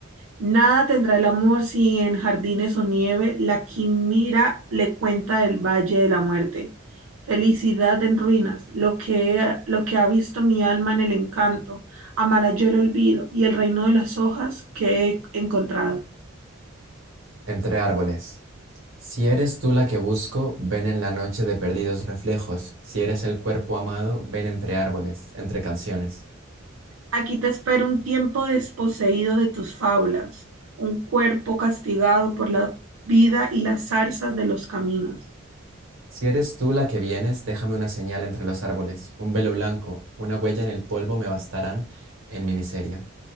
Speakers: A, on the right (about 80°); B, on the right (about 65°).
A: Nada tendrá el amor si en jardines o nieve la quimera le cuenta del valle de la muerte. Felicidad en ruinas, lo que, lo que ha visto mi alma en el encanto, amará yo el olvido y el reino de las hojas que he encontrado.
B: Entre árboles. Si eres tú la que busco, ven en la noche de perdidos reflejos. Si eres el cuerpo amado, ven entre árboles, entre canciones.
A: Aquí te espera un tiempo desposeído de tus fábulas, un cuerpo castigado por la vida y las zarzas de los caminos.
B: Si eres tú la que vienes, déjame una señal entre los árboles, un velo blanco, una huella en el polvo me bastarán en mi miseria.